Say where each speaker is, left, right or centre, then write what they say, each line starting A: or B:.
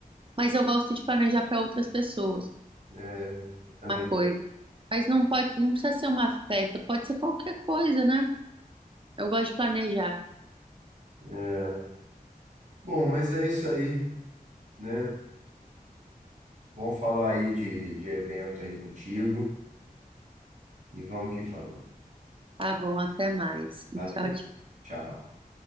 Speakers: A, on the right; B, on the right.
A: Mas eu gosto de planejar para outras pessoas.
B: É, também.
A: uma coisa. Mas não pode, não precisa ser uma festa, pode ser qualquer coisa, né? Eu gosto de planejar.
B: É. Bom, mas é isso aí, né? Bom falar aí de, de evento aí contigo e vamos que vamos.
A: Tá bom, até mais. <laughs>
B: Valeu,
A: Tchau, tchau.
B: tchau.